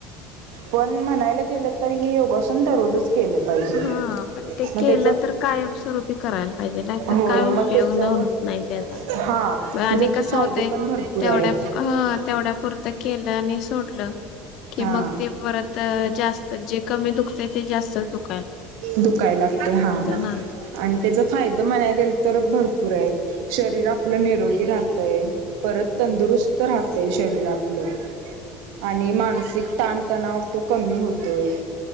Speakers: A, on the right; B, on the left.
A: पण म्हणायला गेलं तर ह योगासन दररोजच केलं पाहिजे
B: हा पण ते
A: मग
B: केलं
A: त्याच
B: तर कायमस्वरूपी करायला पाहिजे नाहीतर
A: होय
B: काय
A: मग
B: उपयोग
A: त्याच
B: न. नाहीत आहे का?
A: हा.
B: आणि
A: मग त्याचे
B: कसं
A: फायदे
B: होते
A: पण भरपूर
B: तेवढ्या
A: आहेत
B: ह तेवढ्या पुुरतं केलं आणि सोडलं. कि
A: हा
B: मग ते परत जास्त जे कमी दुखते ते जास्त दुखत
A: दुखाय लागते हा.
B: ना
A: आणि त्याचा फायदा म्हणाला गेला तर भरपूर आहे शरीर आपलं निरोगी राहतय परत तंदुरुस्त राहतय शरीर आपलं. आणि मानसिक ताणतणाव तो कमी होतोय.